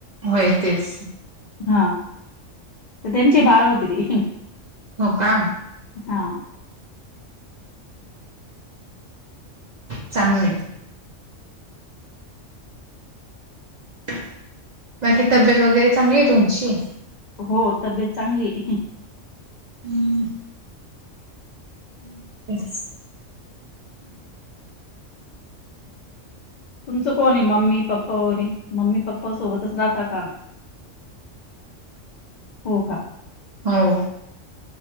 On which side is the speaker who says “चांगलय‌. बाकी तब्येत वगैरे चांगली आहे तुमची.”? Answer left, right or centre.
Right